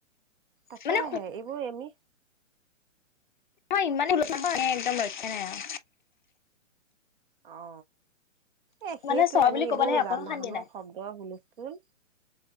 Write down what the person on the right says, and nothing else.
তাকে
আহে এইবোৰ আমি
অ এ সেইটোৱে
আমি
এইবোৰ
যান বাহনৰ
শব্দ হুলস্থুল <unintelligible>